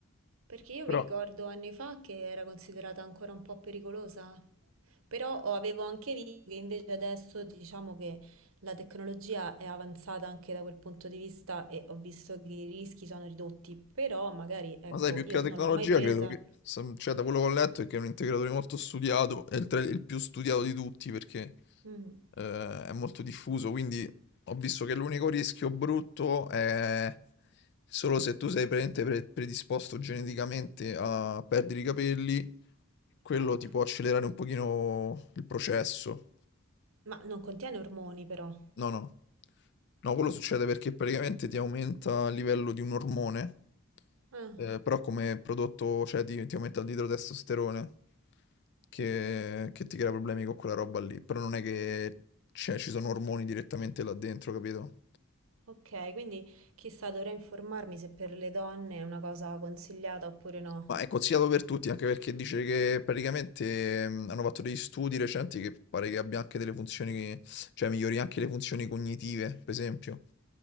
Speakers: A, on the right; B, on the left.
A: Perché io
B: Però...
A: mi ricordo anni fa che era considerata ancora un po' pericolosa, però ho- avevo anche visto che invece adesso diciamo che la tecnologia è avanzata anche da quel punto di vista e ho visto che i rischi sono ridotti, però magari ecco,
B: Ma sai, più che
A: io
B: la tecnologia,
A: non l'ho mai presa.
B: credo che, sam- cioè, da quello che ho letto, è che è un integratore molto studiato, è il, tra- il più studiato di tutti perché
A: Mm.
B: eh, è molto diffuso, quindi ho visto che l'unico rischio brutto è solo se tu sei praticamente pre- predisposto geneticamente a perdere i capelli, quello
A: Ah,
B: ti può accelerare un pochino il processo.
A: ma non contiene ormoni però.
B: No, no. No, quello succede perché praticamente ti aumenta il livello di un ormone,
A: Ah,
B: eh, però come prodotto, cioè ti, ti aumenta il idrotestosterone che, che ti crea problemi con quella roba lì. Però non è che cioè, ci sono ormoni direttamente là dentro, capito?
A: ok, quindi chissà, dovrei informarmi se per le donne è una cosa consigliata oppure no.
B: Ma è consigliato per tutti, anche perché dice che praticamente mm, hanno fatto degli studi recenti che pare che abbia anche delle funzioni, che- cioè migliori anche le funzioni cognitive, per esempio.